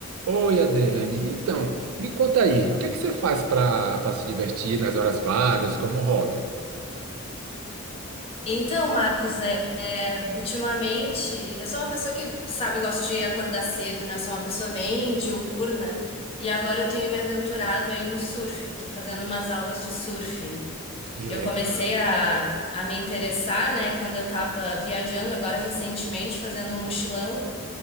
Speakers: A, on the right (about 80°); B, on the left (about 25°).
A: Oi, Adriane. Então, me conta aí, o que é que você faz para para se divertir nas horas vagas como hobby?
B: Então, Marcos, é, é, ultimamente, eu sou uma pessoa que, sabe, eu gosto de acordar cedo, né? Sou uma pessoa bem diurna. E agora eu tenho me aventurado aí no surf, tô fazendo umas aulas de surf.
A: Que
B: Eu
A: legal.
B: comecei a, a me interessar, né, quando eu tava viajando agora recentemente, fazendo um mochilão.